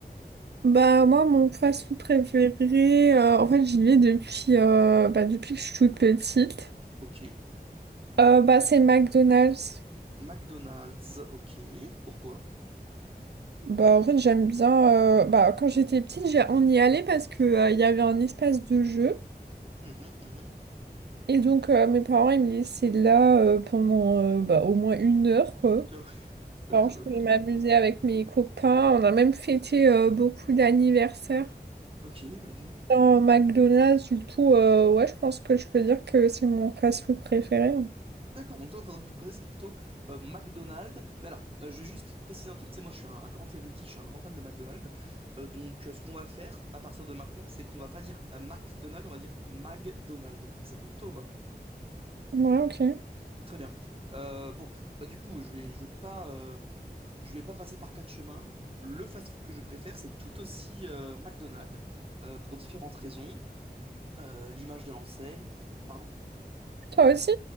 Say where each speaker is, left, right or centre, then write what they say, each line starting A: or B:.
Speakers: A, on the right; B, on the right.
A: Bah moi mon fast-food préféré, euh, en fait j'y vais depuis, euh, bah, depuis que je suis toute petite.
B: Ok.
A: Euh, bah c'est McDonald's.
B: McDonald's, ok. Pourquoi?
A: Bah en fait j'aime bien, euh, bah quand j'étais petite j'ai- on y allait parce que euh, il y avait un espace de jeu
B: Mhm, mhm.
A: et donc euh, mes parents ils me laissaient là euh, pendant euh, bah, au moins une heure quoi.
B: Ah oui, <laughs> oui,
A: Alors
B: ils en
A: je
B: avaient.
A: pouvais m'amuser avec mes copains, on a même fêté euh, beaucoup d'anniversaires.
B: Ok, ok.
A: Dans McDonald's du coup euh, ouais je pense que je peux dire que c'est mon fast-food préféré. hein.
B: D'accord, donc toi, ton entreprise préférée, c'est plutôt euh, McDonald's. Mais alors, euh, je vais juste préciser un truc, c'est moi, je suis un, un grand érudit, je suis un grand fan de McDonald's. Euh, donc, euh, ce qu'on va faire à partir de maintenant, c'est qu'on va pas dire euh, McDonald's, on va dire McDonald's. C'est bon pour toi ou pas?
A: Ouais, ok.
B: Très bien. Euh, bon, bah du coup, je vais, je vais pas, euh, je vais pas passer par quatre chemins. Le fast-food que je préfère, c'est tout aussi euh, McDonald's euh, pour différentes raisons. Euh, l'image de l'enseigne, pardon?
A: Toi aussi?